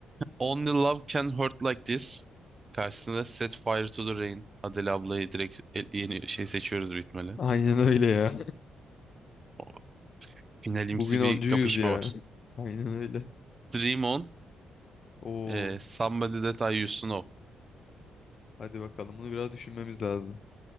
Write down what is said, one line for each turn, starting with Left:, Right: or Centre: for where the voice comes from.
Right: Only Love Can Hurt Like This. Karşısında Set Fire to the Rain. Adele ablayı direkt e- yeni şey seçiyoruz bitmeli.
Left: Aynen öyle ya.
Right: O finalimsi
Left: Bugün
Right: bir
Left: oncuyuz
Right: kapışma
Left: ya.
Right: var.
Left: Aynen öyle.
Right: Dream On,
Left: Oo.
Right: e, Somebody That I Used To Know.
Left: Hadi bakalım bunu biraz düşünmemiz lazım.